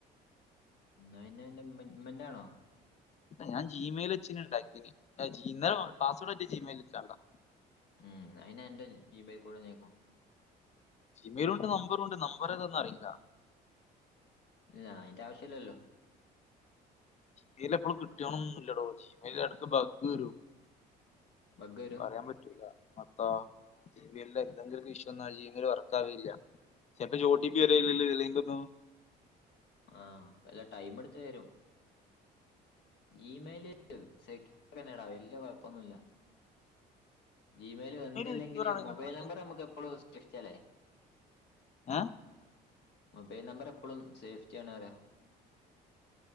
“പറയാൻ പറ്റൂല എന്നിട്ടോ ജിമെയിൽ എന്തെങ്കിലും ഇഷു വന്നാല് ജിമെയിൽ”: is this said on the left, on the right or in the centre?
Left